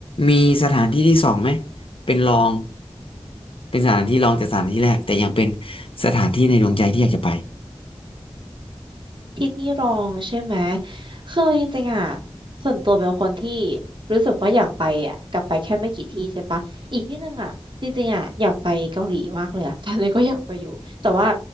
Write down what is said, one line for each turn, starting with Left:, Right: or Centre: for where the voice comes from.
Left: มีสถานที่ที่สองไหม เป็นรอง เป็นสถานที่รองจากสถานที่แรก แต่ยังเป็นสถานที่ในดวงใจที่อยากจะไป
Right: ที่ที่รองใช่ไหมคือจริงๆอ่ะส่วนตัวเป็นคนที่รู้สึกว่าอยากไปอ่ะกลับไปแค่ไม่กี่ที่ใช่ปะอีกที่หนึ่งอ่ะจริงๆอ่ะอยากไปเกาหลีมากเลยอ่ะ <laughs> ตอนนี้ก็อยากไปอยู่แต่ว่า